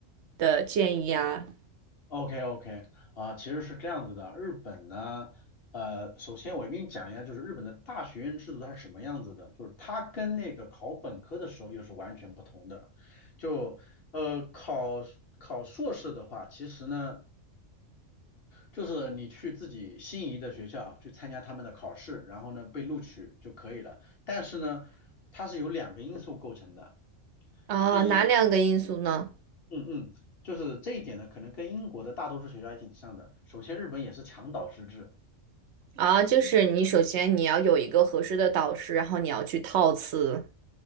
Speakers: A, on the right; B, on the left.
A: 的建议啊？
B: ，OK OK，啊，其实是这样子的，日本呢，呃，首先我跟你讲一下，就是日本的大学院制度它是什么样子的，就是它跟那个考本科的时候又是完全不同的，就呃考考硕士的话，其实呢。就是你去自己心仪的学校去参加他们的考试，然后呢被录取就可以了。但是呢，它是由两个因素构成的。
A: 啊，
B: 第一，
A: 哪两个因素呢？
B: 嗯嗯，就是这一点呢，可能跟英国的大多数学校还挺像的。首先，日本也是强导师制。
A: 啊，就是你首先你要有一个合适的导师，然后你要去套词。